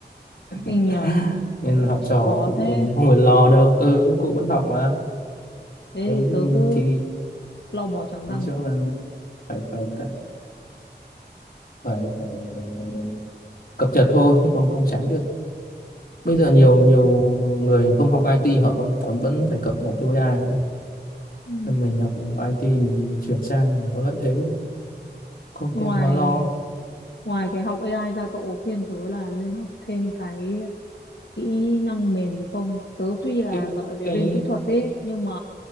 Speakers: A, on the left; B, on the left.
A: kinh
B: <laughs>
A: nhờ
B: nên là học
A: chịu
B: trò
A: khó
B: cụ
A: thế
B: mình không phải lo đâu ừ cụ vẫn học mà
A: thế
B: ừ
A: thì tớ
B: nhưng
A: cứ
B: thì
A: lo bò trắng
B: nói
A: răng
B: chung
A: rồi
B: là phải phải phải phải, phải ờ, cập nhật thôi chứ không không tránh được bây giờ nhiều nhiều người không học IT họ còn còn vẫn phải cập nhật theo AI luôn.
A: ừ
B: nên mình học IT mình chuyển sang mình có lợi thế không
A: ngoài
B: không quá lo
A: ngoài cái học AI ra cậu có khuyên tớ là nên học thêm cái kỹ năng mềm thì không tớ tuy là
B: cái
A: giỏi về
B: cái
A: bên kỹ thuật ấy nhưng mà